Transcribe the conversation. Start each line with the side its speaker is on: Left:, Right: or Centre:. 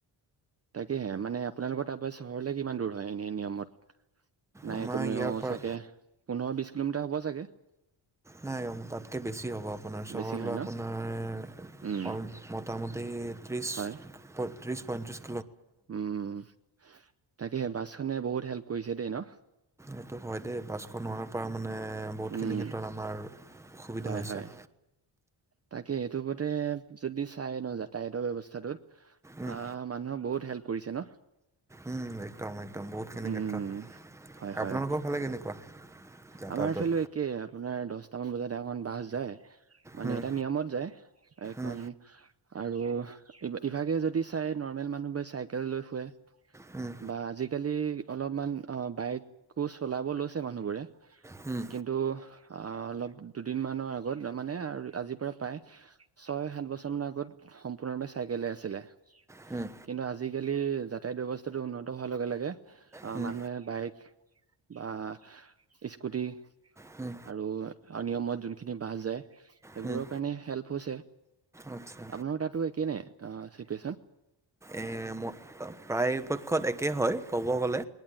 Right: তাকেহে মানে আপোনালোকৰ তাৰপৰা চহৰলে কিমান দূৰ হয় এনে নিয়মত। নাই
Centre: আমাৰ
Right: কমেও
Centre: ইয়াৰ পৰা
Right: চাগে পোন্ধৰ বিশ কিলোমিটাৰ হ'ব চাগে?
Centre: নাই তাতকৈ বেছি হ'ব আপোনাৰ, চহৰলৈ
Right: বেছি হয় ন
Centre: আপোনাৰ
Right: উম
Centre: মোটামুটি ত্ৰিছ
Right: হয়
Centre: পইত্ৰিছ পইত্ৰিচ
Right: উম তাকেহে, বাছ নে বহুত হেল্প কৰিছে দেই নহ।
Centre: এইটো হয় দে বাছখন অহাৰ পৰা মানে নে বহুতখিনি
Right: উম
Centre: ক্ষেত্ৰত আমাৰ সুবিধা
Right: হয়
Centre: হৈছে।
Right: হয় তাকে এইটো যেতিয়া যদি চাই ন যাতায়তৰ ব্যৱস্থাটোত
Centre: উম,
Right: অ মানুহক বহুত হেল্প কৰিছে ন
Centre: উম, একদম একদম বহুতখিনি
Right: উম
Centre: ক্ষেত্ৰত
Right: হয় হয়
Centre: আপোনালোকৰ ফালে কেনেকুৱা যাতায়াতত
Right: আমাৰ ফালে একে আপোনাৰ দছটামান বজাত এখন বাছ যায় মানে
Centre: উম,
Right: নিয়মত যায় এখন
Centre: উম।
Right: আৰু ইভা ইভাগে যদি চায় নৰ্মেল মানুহবোৰে চাইকেল লৈ ফুৰে
Centre: হুম
Right: বা আজিকালি অলপমান অ বাইকো চলাব লৈছে মানুহবোৰে
Centre: হুম
Right: কিন্তু অ অলপ দুদিনমানৰ আগত তা মানে আজি পৰা প্ৰায় ছয় সাত বছৰমান মানৰ আগত সম্পূৰ্ণৰূপে চাইকেলে আছিলে
Centre: হুম
Right: কিন্তু আজিকালি যাতায়ত ব্যৱস্থাটো উন্নত হোৱাৰ লগে লগে
Centre: হুম
Right: মানুহে বাইক বা স্কুটি
Centre: হুম
Right: আৰু নিয়মত যোনখিনি বাছ যায় সেইবোৰক
Centre: হুম
Right: তেনে হেল্প হৈছে
Centre: আচ্ছা
Right: আপোনাৰ তাতো একে নে চিটিউচন
Centre: এ মই প্ৰায়পক্ষত একে হয় ক'ব গ'লে